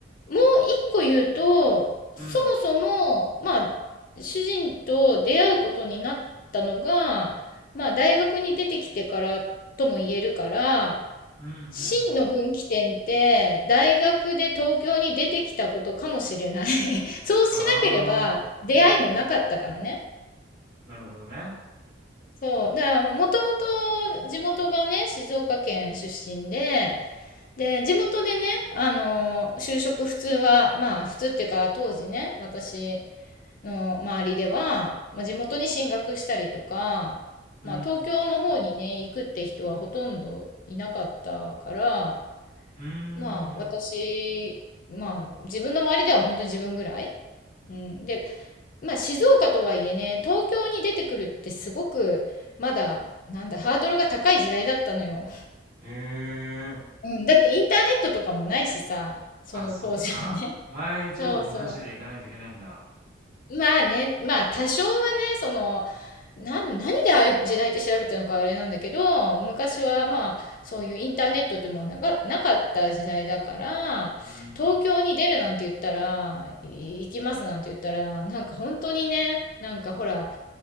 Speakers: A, on the left; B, on the right.
A: もう一個言うと、
B: うん。
A: そもそも、まあ、主人と出会うことになったのが、まあ、大学に出てきてからとも言えるから、
B: うんうんう
A: 真の分岐点って、
B: ん。
A: 大学で東京に出てきたことかもしれない。<laughs> そうしなければ出会いもなかったからね。
B: ああ、なるほどね。
A: そう。だから、もともと地元がね、静岡県出身で、で、地元でね、あの、就職普通は、まあ、普通っていうか、当時ね、私の周りでは、まあ、地元に進学したりとか、
B: うん。
A: まあ、東京の方にね、行くって人はほとんどいなかったから、
B: うー
A: まあ、私、
B: ん。
A: まあ、自分の周りでは本当に自分ぐらい。うん。で、まあ、静岡とはいえね、東京に出てくるってすごく、まだ、なんだ、ハードルが高い時代だったのよ。
B: へえ。
A: うん。だってインターネットとかもないしさ、その当時はね。
B: あ、そっか。前情報なしで行かないといけないんだ。
A: そうそう。まあね、まあ多少はね、その、なん、何でああいう時代って調べたのかあれなんだけど、昔はまあ、そういうインターネットっていうものがなかった時代だから、
B: うん。
A: 東京に出るなんて言ったら、い行きますなんて言ったら、なんか本当にね、なんかほら、